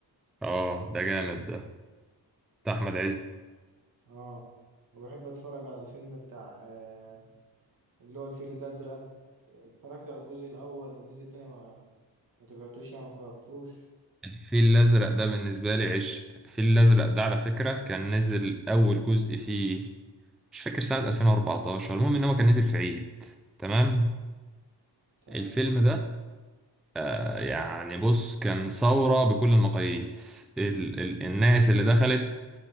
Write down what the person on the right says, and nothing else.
اه وبحب اتفرج على الفيلم بتاع آه اللي هو الفيل الازرق ات- اتفرجت على الجزء الاول والجزء التاني ما ما تبعتوش يعني ما فرجتوش
تمام